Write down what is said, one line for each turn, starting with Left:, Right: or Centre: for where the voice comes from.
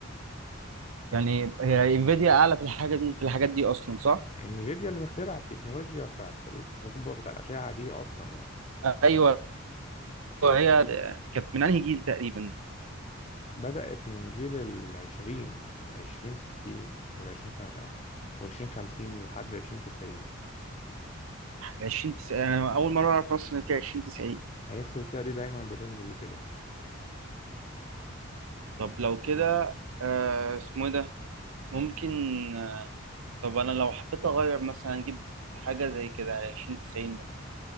Right: يعني هي انفيديا اعلى في الحاجه دي في الحاجات دي اصلا صح
Left: انفيديا اللي مخترع التكنولوجيا بتاعت التتبع بتاع الأشعة دي أصلا يعني
Right: ايوه هي كانت من انهي جيل تقريبا
Left: بدأت من جيل العشرين العشرين ستين والعشرين خم... والعشرين خمسين لحد العشرين تسعين
Right: 20 90 انا اول مره اعرف اصلا ان في 20 90
Left: هي السلسلة دي دايما بتنزل كده
Right: طب لو كده آه اسمه ايه ده ممكن آه طب انا لو حبيت اغير مثلا اجيب حاجه زي كده على 20 90 مثلا